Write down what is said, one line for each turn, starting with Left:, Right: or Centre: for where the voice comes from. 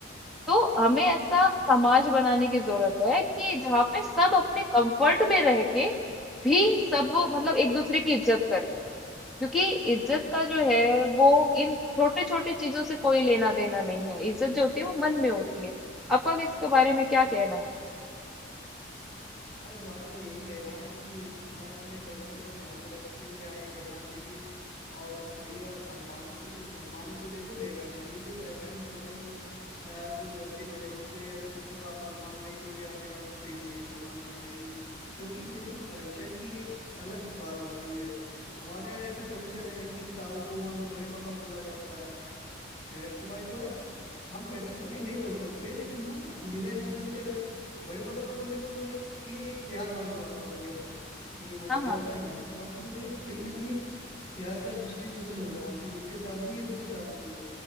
Centre: तो हमें ऐसा समाज बनाने की जरूरत है कि जहाँ पे सब अपने कंफर्ट में रह के भी सब मतलब एक दूसरे की इज्जत करें क्योंकि इज्जत का जो है वो इन छोटे छोटे चीजों से कोई लेना देना नहीं है इज्जत जो होती है वो मन में होती है आपका इसके बारे में क्या कहना है
Left: हमारा इस बारे में यही कहना है कि हमें अपने कल्चर को ध्यान में रखते हुए आगे बढ़ना चाहिए और रही बात सम्मान की तो सम्मान तो देखो देना चाहिए जो पेरेंट्स होते हो या जो घर के बड़े होते हैं अगर उनको आप सम्मान नहीं दोगे आने वाली पीढ़ी भी सम्मान नहीं देगी क्योंकि देखो कल्चर की एक अलग बात होती है हमारे यहाँ ऐसा कल्चर है कि ताऊ को मान लो बड़े पापा बोला जाता है That's my choice हम कहते सभी नहीं बोल सकते लेकिन हाँ मेरे यहाँ का कल्चर है बड़े पापा का बोलने का मतलब ये एक प्यार वाली बात है उनके अंदर कि ये वो
Centre: हाँ
Left: बड़े
Centre: हाँ
Left: पापा ये पापा तो एक कहीं ना कहीं प्यार का डिस्ट्रीब्यूशन हो रहा है कि उनके साथ भी है उनके साथ भी है